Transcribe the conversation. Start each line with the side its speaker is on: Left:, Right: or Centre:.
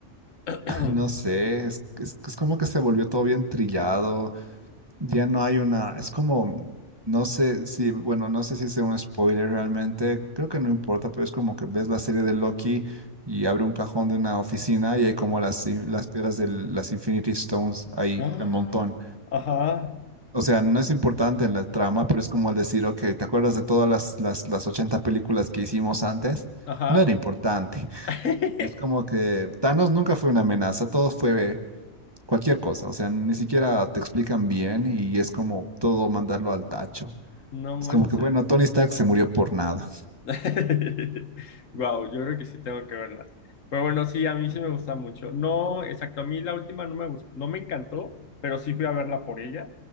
Left: <clears throat>
Right: No sé, es, es es como que se volvió todo bien trillado. Ya no hay una, es como, no sé si, bueno, no sé si sea un spoiler realmente, creo que no importa, pero es como que ves la serie de Loki y abre un cajón de una oficina y hay como las, in- las piedras de las Infinity Stones ahí
Left: Ah,
Right: un montón.
Left: ajá,
Right: O sea, no es importante en la trama, pero es como el decir, ok, ¿te acuerdas de todas las, las, las 80 películas que hicimos antes?
Left: ajá.
Right: No era importante.
Left: <laughs>
Right: Y Es como que Thanos nunca fue una amenaza, todo fue cualquier cosa, o sea, ni siquiera te explican bien y es como todo mandarlo al tacho.
Left: No manches.
Right: Es como que, bueno, Tony Stark se murió por nada.
Left: <laughs> Wow, yo creo que sí tengo que verlas. Pero bueno, sí, a mí sí me gusta mucho. No, exacto, a mí la última no me gustó, no me encantó, pero sí fui a verla por ella.